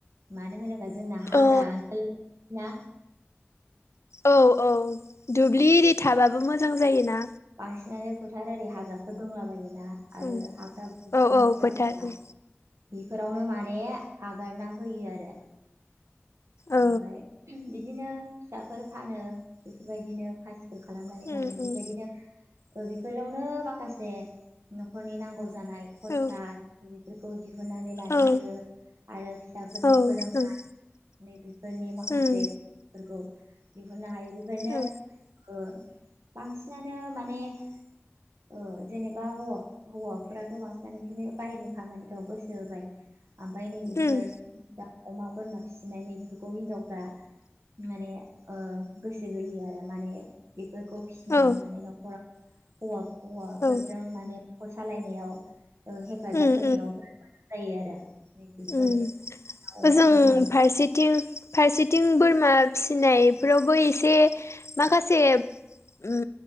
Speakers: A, on the right; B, on the left.
A: मानो होनोबा जो जोंना हाग्रा
B: अ
A: ओनसोल ना
B: औ औ दुब्लि इरि थाबाबो मोजां जायोना।
A: बांसिनानो फोथार ओरै हाग्राफोर दंलाबायोना। आरो
B: उम
A: हाफ्राबो बिदिनो
B: औ औ
A: बुरजा
B: फोथार उम
A: बेफोरावनो माने आगारना होयो आरो।
B: औ
A: ओमफ्राय <inaudible> बिदिनो फिसाफोर फानो बेफोर बायदिनो खासि दिर खालामनानै फानो
B: उम
A: बेबायदिनो
B: उम
A: ओ बेफोरावनो माखासे नख'रनि नांगौ जानाय। जानाय खरसा
B: औ
A: बेफोरखौ दिहुननानै लानो
B: औ
A: हायो। आरो फिसाफोरनि
B: औ
A: फोरोंनाय
B: उम
A: नै बेफोरनि माखासेफोरखौ
B: उम
A: दिहुननो हायो। बेबायदनो ओ
B: औ
A: बांसिनानो माने ओ जेनेबा हौवाफोराथ' बांसिनानो बिदिनो बाहेरनि खामानिखौ गोसो होबाय ओमफाय नैबेफोर
B: उम
A: दाउ अमा बोरमा फिसिनाय नैबेफोरखौ हिनजावफ्रा माने ओ गोसो होयो आरो माने बेफोर खौ फिसिनानै
B: औ
A: माने न'खराव होवा- हौवाफोरजों
B: औ
A: माने न'खर सालायनायाव ओ हेफाजाब
B: उम
A: होनायावबो <inaudible> जायो आरो। नै बेफोर
B: उ
A: अमा
B: ओजों
A: बोरमानि
B: फारसेथिं फारसेथिं बोरमा फिसिनाय फोरावबो एसे माखासे उ